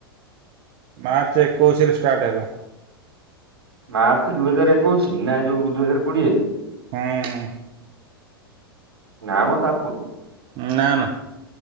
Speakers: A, on the right; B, on the right.
A: ମାର୍ଚ୍ଚ ଏକୋଉଶିରେ ଷ୍ଟାର୍ଟ ହେଲା।
B: ମାର୍ଚ୍ଚ ଦୁଇ ହଜାର ଏକୋଉଶି ନା ଏଇ ଯୋଉ ଦୁଇ ହଜାର କୋଡିଏ।
A: ହଁ।
B: ନା ମ ତାପ୍
A: ନା ନା।